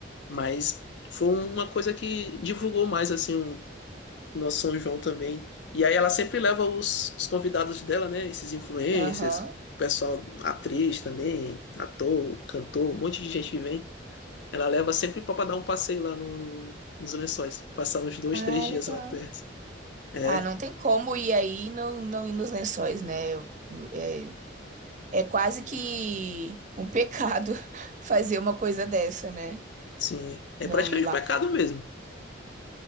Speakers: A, on the left; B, on the right.
A: Mas foi uma coisa que divulgou mais assim um, no São João também. E aí ela sempre leva os, os convidados dela, né? Esses influencers,
B: Aham.
A: pessoal, atriz também, ator, cantor, um monte de gente que vem. Ela leva sempre para dar um passeio lá no- nos Lençóis, passar uns dois,
B: Ah,
A: três dias
B: legal.
A: lá perto. É,
B: Ah, não tem como ir aí e não, não ir nos lençóis, né? Eu- É, é quase que um pecado <laughs> fazer uma coisa dessa, né?
A: sim, é
B: Não
A: praticamente
B: ir lá.
A: um pecado mesmo.